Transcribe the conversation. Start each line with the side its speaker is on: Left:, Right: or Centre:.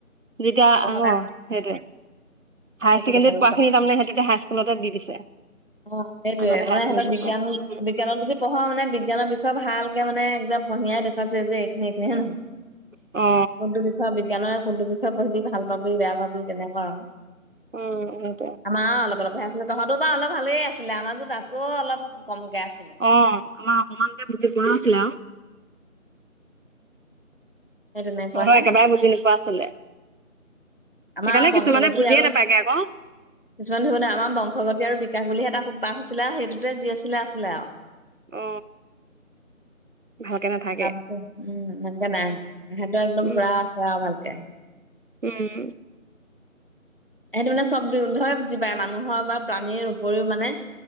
Right: যেতিয়া
Left: বহলাই
Right: অ সেইটোৱে হায়
Left: সেইটো
Right: ছেকেণ্ডাৰি
Left: কথা কৈছ
Right: পোৱাখিনি তাৰ মানে সেইটোতে হাই-স্কুলতে দি দিছে।
Left: অ সেইটোয়ে
Right: আগতে হায়াৰ
Left: তাৰানে
Right: ছেকেণ্ডেৰীত
Left: সিহঁতৰ বিজ্ঞান
Right: পোৱা
Left: বিজ্ঞানত যদি পঢ় মানে বিজ্ঞানৰ বিষয়ে ভালকে মানে একদম ফহিয়াই দেখুৱাইছে যে এইখিনি এইখিনি হয় নহয়।
Right: অ।
Left: কোনটো বিষয়ে বিজ্ঞানৰ কোনটো বিষয়ে পঢ়িবি ভাল পাবি বেয়া পাবি তেনেকুৱা আৰু।
Right: উম সেইটোৱে।
Left: আমাৰও অলপ অলপ হে আছিলে তহঁতোও বা অলপ ভালেই আছিলে আমাৰ চোৱা তাতকৈ অলপ কমকে আছিলে।
Right: অ আমাৰ অমকমানকে বুজি পোৱা আছিলে আৰু।
Left: সেই তেনেকুৱাহে
Right: তহঁহত একেবাৰে বুজি নোপোৱা আছিলে,
Left: আমাৰ
Right: সেইকাৰণে
Left: বংশগতি
Right: কিছুমানে বুজিয়ে
Left: আৰু
Right: নাপাগে আকৌ।
Left: কিছুমান ধৰিবে আমাৰ বংশগতি আৰু বিকাশ বুলিহে এটা পাঠ আছিলে আৰু সেইটোতে যি আছিলে আছিলে আৰু।
Right: অ ভালকে নাথাকে।
Left: তাৰপিছত উম এনেকে নাই সিহঁতৰ একদম
Right: উম,
Left: পুৰা আছে আৰু ভালকে।
Right: উম
Left: সেইটো মানে চব বি ধৰ বুজি পায় মানুহৰ বা প্ৰাণীৰ উপৰিও মানে